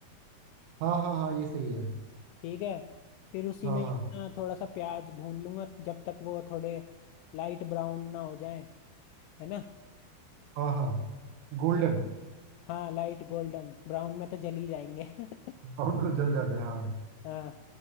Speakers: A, on the right; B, on the left.
A: हाँ हाँ हाँ ये सही है
B: ठीक है फिर उसी
A: हाँ
B: में ही
A: हाँ
B: अपना थोड़ा सा प्याज भून लूंगा जब तक वो थोड़े लाइट ब्राउन ना हो जाए है ना
A: हाँ हाँ गोल्डन
B: हाँ लाइट गोल्डन ब्राउन में तो जल ही जाएंगे <laughs>
A: ब्राउन में तो जल जाते हैं हाँ
B: हाँ